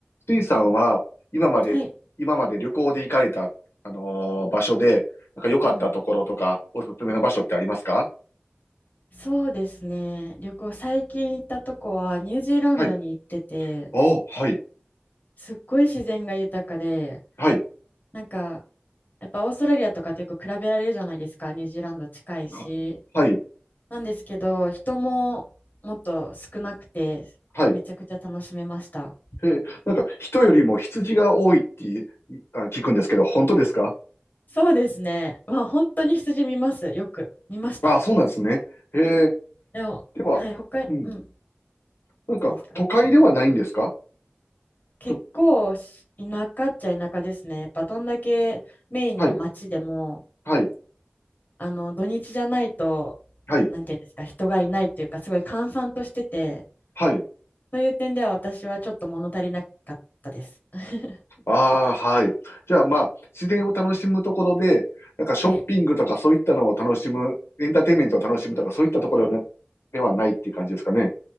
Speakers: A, on the left; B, on the left.
A: スイさんは、今まで、
B: はい。
A: 今まで旅行で行かれた、あのー場所で、なんか良かったところとか、
B: うん。
A: おすすめの場所ってありますか
B: そうですね。旅行、最近行ったとこはニュージーランドに行ってて、
A: はい。おー、はい、
B: すっごい自然が豊かで、
A: はい、
B: なんか、やっぱオーストラリアとかとよく比べられるじゃないですか、ニュージーランド近いし。
A: あはい、
B: なんですけど、人ももっと少なくて、
A: はい。
B: めちゃくちゃ楽しめました。
A: え、なんか人よりも羊が多いっていあ聞くんですけど、本当ですか
B: そうですね。まあ、本当に羊見ます。よく見ました。
A: ああ、そうなんですね。へ
B: でも、
A: では、
B: はい、他、
A: うん。
B: うん、
A: なんか都会ではないんですか
B: 何ですか結構し田舎っちゃ田舎ですね。
A: と、
B: やっぱどんだけメインの町でも、
A: はい、はい、
B: あの土日じゃないと、
A: はい、
B: なんていうんですか、人がいないというか、すごい閑散としてて、
A: はい。
B: そういう点では私はちょっと物足りなかったです。<laughs>
A: ああ、はい。じゃあまあ、自然を楽しむところで、なんかショッピングとかそういったのを楽しむ、
B: はい。
A: エンターテインメントを楽しむとかそういったところなではないっていう感じですかね。